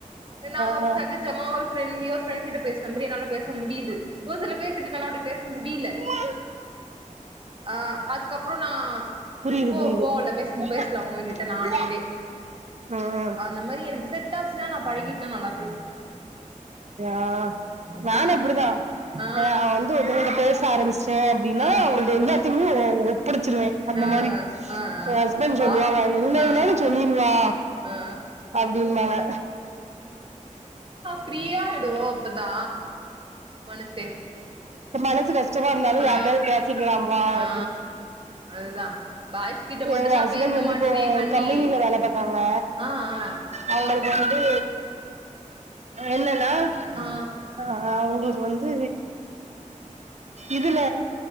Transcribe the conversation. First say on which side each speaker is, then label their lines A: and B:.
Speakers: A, on the right; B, on the right.
A: என்ன
B: ஆ
A: சகஜமா ஒரு பிரண்ட்லியா ஒரு ஃப்ரெண்ட்கிட்ட பேசின மாரி என்னால பேச முடியுது ஒரு சில பேருகிட்ட என்னால அப்டி பேச முடியல
B: ம்
A: ஆ அதுக்கப்பற நா
B: புரியுது
A: போ
B: புரியுது
A: போ உள்ள பேச பேசல அவங்ககிட்ட நானவே
B: ம் ம்
A: அ அது மாதிரி எனக்கு செட் ஆச்சுன்னா நா பழகிட்டன்னா நல்லா பேசுவ
B: ா
A: அப்பா
B: நானு அப்டிதா
A: ஆ
B: ஏ நா வந்து பிள்ளைங்கள்ட பேச ஆரம்பிச்சிட்ட அப்படின்னா
A: ஆ
B: அவங்கள்ட எல்லாத்தயுமே ஒ ஒ ஒப்படச்சிருவ அந்த
A: ஆ
B: மாதிரி
A: ஆ ஆ
B: எய ஹஸ்பண்ட்
A: வா
B: சொல்லுவாங்க எந்த
A: ஆ
B: இதுலையாவுது சொல்லிருவா
A: ஆ
B: அப்டின்னுவாங்க
A: ஃப்ரீயாயிடு அப்பதா மனசே
B: இப்ப மனசு கஷ்டமா இருந்தாலு
A: ஆ
B: யாரிட்டாவது பேசிக்கலா வா
A: ஆ
B: அப்டின்னு
A: அதுதா பாய்ஸ் கிட்ட மட்டுந்தா
B: எங்க ஹஸ்பண்ட்
A: பேச
B: வந்து
A: மாட்டேனே
B: இப்போ
A: கண்டி
B: ஒரு கம்பெனில வேல பாக்காங்க
A: ஆ ஆ
B: அவங்களுக்கு வந்து என்னன்னா
A: ஆ
B: ஆ அவங்களுக்கு வந்து இதுல